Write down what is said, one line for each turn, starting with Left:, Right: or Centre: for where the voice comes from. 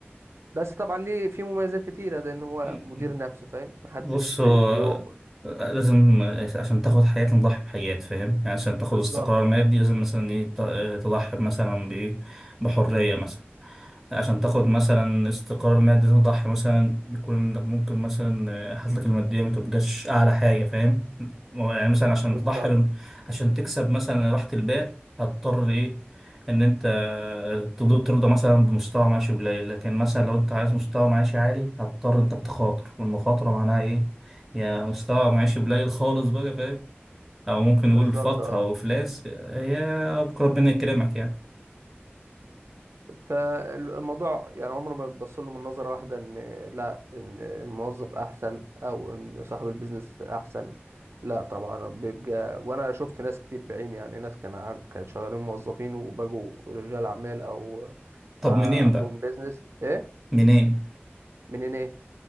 Right: بس طبعا ليه في مميزات كتيرة لأن هو
Centre: فاهم
Right: مدير نفسه فاهم محدش
Centre: بص
Right: بي-
Centre: هو
Right: بيؤمر
Centre: لازم عشان تاخد حياة نضحي بحاجات فاهم يعني عشان تاخد
Right: بالظبط
Centre: استقرار مادي لازم مثلا ايه ت- تضحي مثلا بإيه؟ بحرية مثلا عشان تاخد مثلا استقرار مادي تضحي مثلا بيكون إنك ممكن مثلا آه، حالتك المادية ما تبقاش أعلى حاجة فاهم يعني مثلا عشان
Right: بالظبط
Centre: تضحي بال... عشان تكسب مثلا راحة البال هتضطر إيه إن أنت آه، تض- ترضى مثلا بمستوى معيشي قليل لكن مثلا لو أنت عايز مستوى معيشي عالي هتضطر إنك تخاطر والمخاطرة معناها إيه يعني مستوى معيشي قليل خالص بقى فاهم أو ممكن
Right: بالظبط
Centre: نقول فقر
Right: اه
Centre: أو إفلاس آه، هي ربنا يكرمك يعني
Right: فالموضوع يعني عمره ما بيبص له من نظرة واحدة إن لا إن الموظف أحسن أو إن صاحب البيزنس أحسن لا طبعا بيبقى وأنا شفت ناس كتير بعيني يعني ناس كان عن... كانت شغالين موظفين وبقوا رجال أعمال أو
Centre: طب
Right: آه،
Centre: منين
Right: عندهم
Centre: بقى
Right: بيزنس إيه
Centre: منين
Right: منين إيه